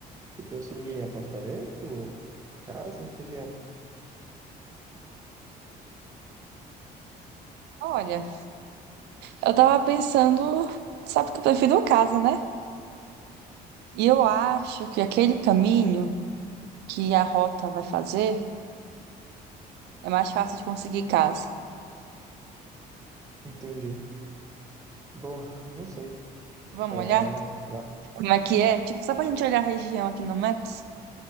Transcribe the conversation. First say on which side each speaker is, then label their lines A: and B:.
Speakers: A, on the right (about 20°); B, on the right (about 80°).
A: Tu pensou em apartamento, ou casa, o que que é?
B: Olha, eu tava pensando, sabe que eu prefiro casa, né? E eu acho que aquele caminho que a rota vai fazer é mais fácil de conseguir casa.
A: Entendi. Bom, não sei.
B: Vamos
A: É,
B: olhar?
A: lá,
B: Como é que é? Tipo, só pra gente olhar a região aqui no Maps?